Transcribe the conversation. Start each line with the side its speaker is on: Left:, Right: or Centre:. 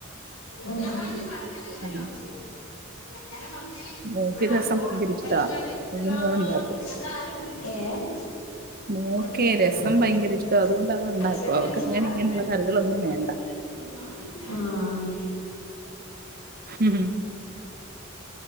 Left: ഉം
Right: ആ
Left: ഏഹ്
Right: മോക്ക് രസം ഭയങ്കര
Left: <unintelligible>
Right: ഇഷ്ടാ അപ്പൊ പിന്നെ അതുണ്ടാക്കും
Left: <unintelligible> <unintelligible>
Right: മോക്കേ രസം ഭയങ്കര
Left: ആഹ്
Right: ഇഷ്ട അതുകൊണ്ട് അത് ഉണ്ടാക്കും അവക്ക് അങ്ങനെ
Left: <unintelligible>
Right: ഇങ്ങനെയുള്ള കറികളൊന്നും വേണ്ട
Left: <unintelligible>
Right: മ്, -ഹ് -ഹ്